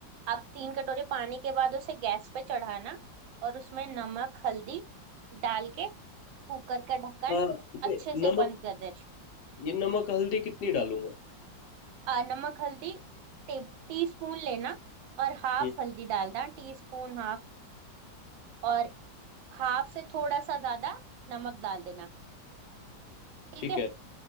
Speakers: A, on the right; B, on the left.
A: अब तीन कटोरी पानी के बाद उसे गैस पे चढ़ाना और उसमें नमक हल्दी डाल के कुकर का ढक्कन
B: हाँ
A: अच्छे
B: ये
A: से
B: नमक
A: बंद कर देना
B: ये नमक हल्दी कितनी डालूं मैं
A: आ, नमक हल्दी टे, टी स्पून लेना और हाफ
B: हम्म
A: हल्दी डालना टी स्पून हाफ और हाफ से थोड़ा सा ज्यादा नमक डाल देना ठीक
B: ठीक
A: है
B: है